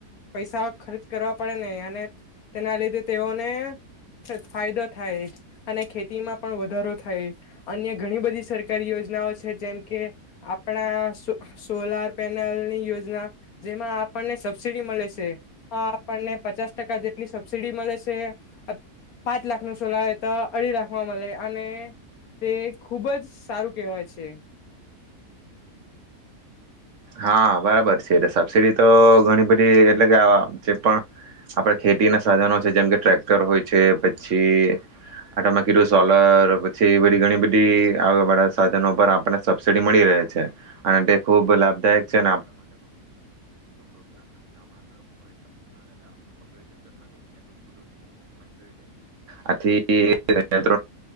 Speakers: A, on the left; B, on the right.
A: પૈસા ખર્ચ કરવા પડે ને અને તેના લીધે તેઓને ફાયદો થાય અને ખેતીમાં પણ વધારો થાય અન્ય ઘણી બધી સરકારી યોજનાઓ છે જેમ કે આપણા સોલાર પેનલની યોજના જેમાં આપણને સબસિડી મળે છે આપણને પચાસ ટકા જેટલી સબસીડી મળે છે પાંચ લાખ ન સોલા તો અઢી લાખમાં મળે અને તે ખૂબ જ સારું કહેવાય છે
B: હા બરાબર છે એટલે સબસીડી તો ઘણી બધી એટલે કે જે પણ આપડા ખેતી ના સાધનો છે જેમ કે ટ્રેક્ટર હોય છે પછી આટમાંકીટું સોલર પછી એ બધી ઘણી બધીળા સાધનો પર આપણને સબસીડી મળી રહે છે અને તે ખૂબ લાભ નથીટ ખે આથી ટ